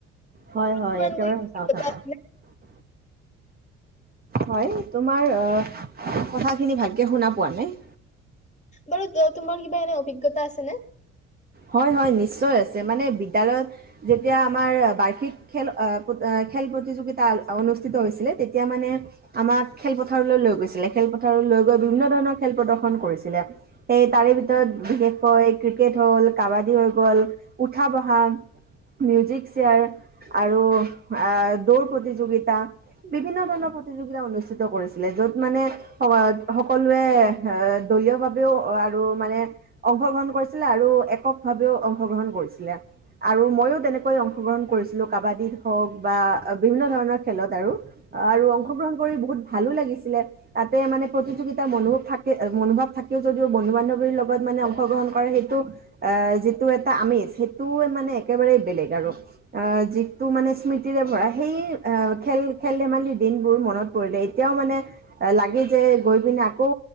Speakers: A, on the right; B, on the left.
A: হয়, হয়।
B: তোমালোকৰ
A: একেবাৰে
B: অভিজ্ঞতা
A: সঁচা কথা
B: আছেনে?
A: কৈ হয়। তোমাৰ কথাখিনি ভালকে শুনা পোৱা নাই।
B: বাৰু তোমাৰ কিবা এনে অভিজ্ঞতা আছেনে?
A: হয়, হয়। নিশ্চয় আছে, মানে বিদ্যালয়ত যেতিয়া আমাৰ বাৰ্ষিক খেল খেল প্ৰতিযোগিতা অনুষ্ঠিত হৈছিলে তেতিয়া মানে আমাক খেলপথাৰলৈ লৈ গৈছিলে। খেলপথাৰলৈ লৈ গৈ বিভিন্ন ধৰণৰ খেল প্ৰদৰ্শন কৰিছিলে। সেই তাৰে ভিতৰত বিশেষকৈ ক্ৰিকেট হ'ল কাবাডী হৈ গল, উঠা-বহা, মিউজিক চেয়াৰ আৰু আ দৌৰ প্ৰতিযোগিতা বিভিন্ন ধৰণৰ প্ৰতিযোগিতা অনুষ্ঠিত কৰিছিলে, য'ত মানে সকলোৱে অ দলীয়ভাৱেও আৰু মানে অংশগ্ৰহণ কৰিছিল আৰু এক এককভাৱেও অংশগ্ৰহণ কৰিছিলে আৰু ময়ো তেনেকৈ অংশগ্ৰহণ কৰিছিলো কাবাডিত হওঁক বা বিভিন্ন ধৰণৰ খেলত আৰু। আৰু অংশগ্ৰহণ কৰি বহুত ভালো লাগিছিলে। তাতে মানে প্ৰতিযোগিতাৰ মনোভ থাকে মনোভাৱ থাকে যদিও বন্ধু-বান্ধৱীৰ লগত মানে অংশগ্ৰহণ কৰে সেইটো আ যিটো এটা আমেজ সেইটো মানে একেবাৰেই বেলেগ আৰু। আহ যিটো মানে স্মৃতিৰে ভৰা সেই খেল, খেল ধেমালি দিনবোৰ মনত পৰিলে এতিয়াও মানে লাগে যে গৈ পিনে আকৌ